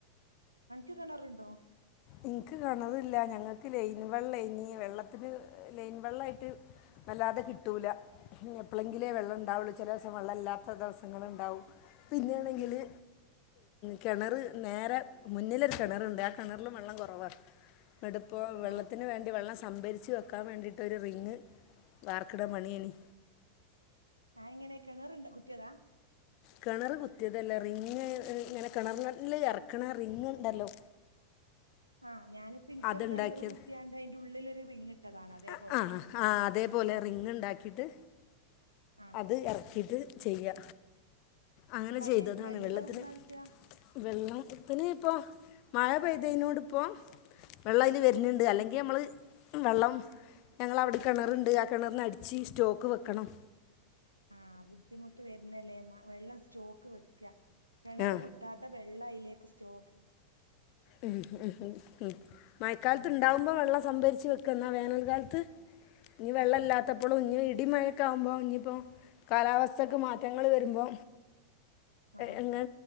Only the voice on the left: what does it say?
ഇനിക്ക് കെണറില്ല ഞങ്ങൾക്ക് ലൈൻ വെള്ളയ്നി വെള്ളത്തിന് ലൈൻ വെള്ള ആയിട്ട് അല്ലാതെ കിട്ടൂല പിന്നെ എപ്പളെങ്കിലേ വെള്ളം ഉണ്ടാവുള്ളു ചിലേസം വെള്ളല്ലാത്ത ദിവസങ്ങള്ണ്ടാവും പിന്നേണെങ്കില് കിണറ് നേരെ മുന്നിലൊരു കിണറുണ്ട് ആഹ് കിണറിലും വെള്ളം കുറവ എന്ന്ട്ട് പ്പൊ വെള്ളത്തിന്
വേണ്ടി വെള്ളം സംഭരിച്ച് വെക്കാൻ വേണ്ടിയിട്ട് ഒരു റിങ്ങ് വാർക്ക്‌ണ പണിയേനി
കിണർ കുത്തിയതല്ലാ റിങ്ങ് ഇങ്ങനെ കിണർനില്ല് ഇറക്കണ റിങ്ണ്ടല്ലോ
അതുണ്ടാക്കിയത്
ആഹ് ആഹ് ആഹ് അതേപോലെ റിങ് ണ്ടാക്കിയിട്ട്
ഇത് ഇറക്കിട്ട് ചെയ്യ അങ്ങനെ
ചെയ്തതാണ്
വെള്ളത്തിന്
വെള്ളത്തിന് ഇപ്പോ മഴ പെയ്തേനോട് ഇപ്പം വെള്ളം അയില് വരുന്നുണ്ട് അല്ലെങ്കിൽ നമ്മള് വെള്ളം ഞങ്ങളവിടെ കിണറുണ്ട് ആ കിണറിന്ന് അടിച്ച് സ്റ്റോക്ക് വെക്കണം.
ആ
ഉം ഹ് ഹും മയക്കാലത്ത്
ഇണ്ടാവുമ്പോ വെള്ളം സംഭരിച്ചു വെക്ക എന്നാ വേനൽക്കാലത്ത് ഇനി വെള്ളം
ഇല്ലാത്ത
പ്പളും ഇഞ്ഞി ഇടിമഴൊക്കെ ആവുമ്പോ ഇഞ്ഞിപ്പോ കാലാവസ്ഥക്ക് മാറ്റങ്ങൾ വരുമ്പോ
എങ്ങനെ